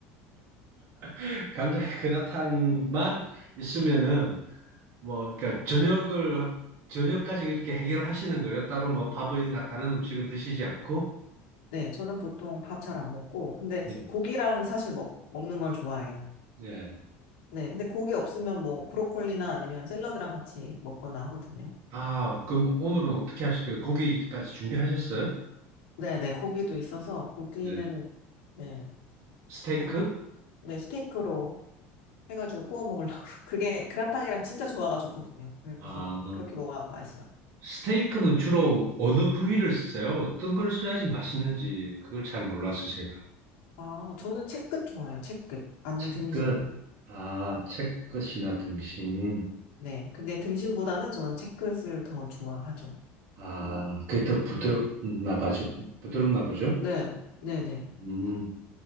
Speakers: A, on the right (about 50°); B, on the left (about 80°).
A: <laughs> 감자 그라탕만 있으면은 뭐, 그러니까 저녁을, 저녁까지 이렇게 해결하시는 거예요? 따로 뭐 밥이나 다른 음식은 드시지 않고?
B: 네, 저는 보통 밥 잘 안 먹고, 근데
A: 네.
B: 고기랑 사실 먹, 먹는 걸 좋아해요.
A: 예.
B: 네, 근데 고기 없으면 뭐 브로콜리나 아니면 샐러드랑 같이 먹거나 하거든요.
A: 아, 그럼 오늘은 어떻게 하실 거예요? 고기까지 준비하셨어요?
B: 네, 네, 고기도 있어서 고기는
A: 네.
B: 네,
A: 스테이크?
B: 한, 네, 스테이크로 해가지고 구워 먹으려고. <laughs> 그게 그라탕이랑 진짜 조화가 좋거든요. 그래서
A: 아,
B: 그렇게 먹어야 맛있어요.
A: 스테이크는 주로 어느 부위를 쓰세요? 어떤 걸 써야지 맛있는지 그걸 잘 몰라서 제가.
B: 아, 저는 채끝 좋아요. 채끝. 아니면
A: 채끝.
B: 등심.
A: 아, 채끝이나 등심.
B: 네. 근데 등심보다는 저는 채끝을 더 좋아하죠.
A: 아, 그게 더 부드럽나 봐죠. 부드럽나 보죠?
B: 네. 네네.
A: 음.